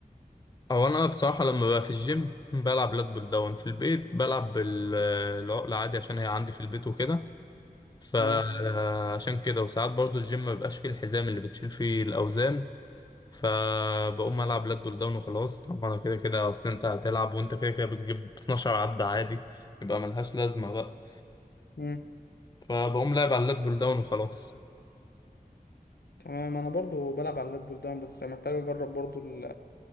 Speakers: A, on the left; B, on the left.
A: او انا بصراحه لما ببقى في الجيم بلعب لات بول داون في البيت بلعب بالعقله عادي عشان هي عندي في البيت وكده فعشان
B: اه
A: كده وساعات برضه الجيم ما بيبقاش فيه الحزام اللي بتشيل فيه الاوزان فبقوم العب لات بول داون وخلاص طبعا كده كده اصل انت هتلعب وانت كده كده بتجيب 12 عدة عادي يبقى ملهاش لازمه بقى
B: امم
A: فبقوم لاعب على اللات بول داون وخلاص
B: تمام انا برضو بلعب على اللات بول داون بس محتاج اجرب برضو ال-